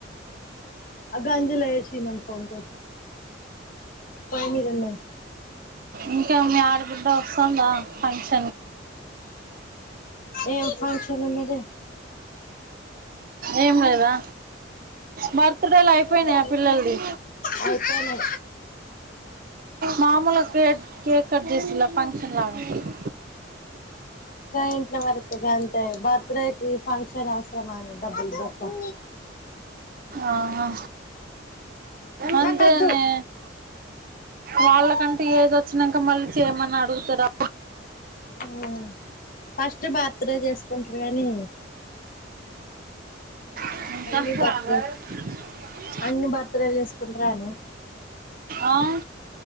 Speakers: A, on the left; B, on the right.
A: అ గంజిలో ఏసి మన్పో ఇంన్కోటి పోయిమీదున్నది
B: ఇంకా మ్యా మీ ఆడ బిడ్డ వసంద ఫ
A: ఎం ఫంక్షనుంన్నదే
B: ఏం లేదా బర్త్డేలు అయిపోయినాయి
A: ఆహా
B: ఆ పిల్లలది
A: అయిపోనై
B: మామూలు కేక్ కేక్ కట్చేసిల్ల ఫంక్షన్లా ఫంక్షన్లగా
A: ఇంట్ల వరకి గంతే బర్త్డేకి ఫంక్షన్ అవసరమానే డబ్బులు బొక్క
B: ఆహా అంతేనే
A: నాకొద్దు
B: వాళ్ళకంటే ఏజ్చ్ చ్చినంక మళ్ళీ చేయమని అడుగుతారు ఆ పూ
A: ఓహో ఫస్ట్ భర్తడే చేసుకుంటారు గానీ
B: ఇంకా
A: అన్ని బర్త్డే అన్ని బర్త్డేల్లు చేసుకుంటరానే
B: ఆవు